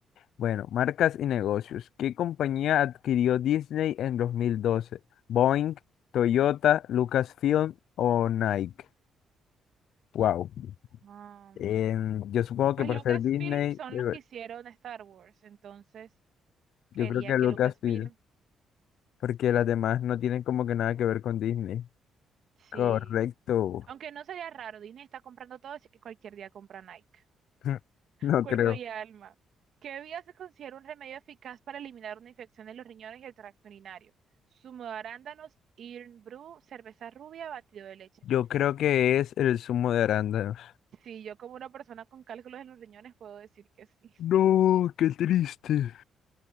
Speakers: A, on the left; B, on the right.
A: bueno, marcas y negocios. ¿Qué compañía adquirió Disney en 2012? Boeing, Toyota, Lucasfilm o Nike. Wow.
B: Ah,
A: Em, yo supongo
B: pues
A: que por
B: Lucasfilm
A: ser Disney,
B: son
A: debe-
B: los que hicieron Star Wars, entonces
A: yo
B: creería
A: creo que
B: que
A: Lucasfilm,
B: Lucasfilm,
A: porque las demás no tienen como que nada que ver con Disney.
B: sí.
A: Correcto.
B: Aunque no sería raro, Disney está comprando todo, así que cualquier día compra Nike.
A: <laughs> No
B: Cuerpo
A: creo.
B: y alma. ¿Qué bebida se considera un remedio eficaz para eliminar una infección de los riñones y el tracto urinario? Zumo de arándanos, Irn Brew, cerveza rubia, batido de leche.
A: Yo creo que es el zumo de arándanos.
B: Sí, yo como una persona con cálculos en los riñones puedo decir que sí.
A: No,
B: <laughs>
A: qué triste.